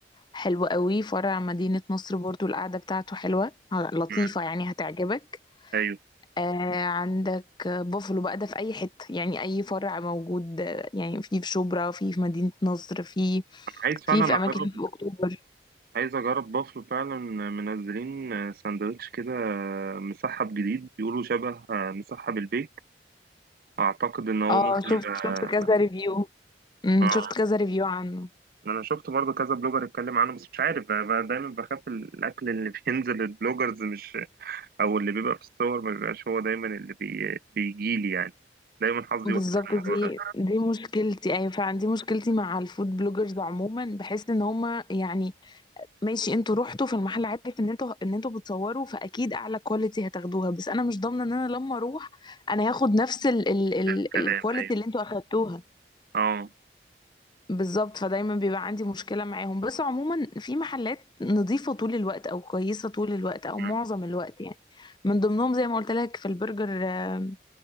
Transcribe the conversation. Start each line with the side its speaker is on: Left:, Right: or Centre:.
Left: حلو قوي فرع مدينة نصر برضو القعدة بتاعته حلوة آه، لطيفة
Right: مم.
Left: يعني هتعجبك
Right: ايوه
Left: آه عندك بوفلو بقى ده في اي حته يعني اي فرع موجود آه، يعني في في شبرا في في مدينه نصر في
Right: أنا عايز فعلا
Left: في في اماكن
Right: اجرب
Left: في اكتوبر
Right: عايز اجرب بافلو فعلا منزلين ساندوتش كده مسحب جديد بيقولوا شبه مسحب البيك اعتقد ان هو
Left: اه
Right: ممكن
Left: شفت
Right: يبقى
Left: شفت كذا ريفيو امم
Right: اه
Left: شفت كذا ريفيو عنه
Right: انا شفت برضه كذا بلوجر اتكلم عنه بس مش عارف بقى بقى دايما بخاف الاكل اللي <laughs> بينزل البلوجرز مش او اللي بيبقى في الصور ما بيبقاش هو دايما اللي بي... بيجي لي يعني دايما حظي
Left: بالظبط
Right: وحش في الموضوع
Left: دي
Right: ده
Left: دي مشكلتي ايوه فعلا دي مشكلتي مع الفود بلوجرز عموما بحس ان هما يعني ماشي انتوا رحتوا في المحل عارف ان انتوا ان انتوا بتصوروا فاكيد اعلى كواليتي هتاخدوها بس انا مش ضامنه ان انا لما اروح انا هاخد نفس الكواليتي
Right: ده الكلام ايوه
Left: اللي انتوا اخدتوها
Right: اه
Left: بالظبط فدايما بيبقى عندي مشكلة معاهم بس عموما في محلات نظيفة طول الوقت أو كويسة طول الوقت أو
Right: مم.
Left: معظم الوقت يعني من ضمنهم زي ما قلت لك في البرجر آه،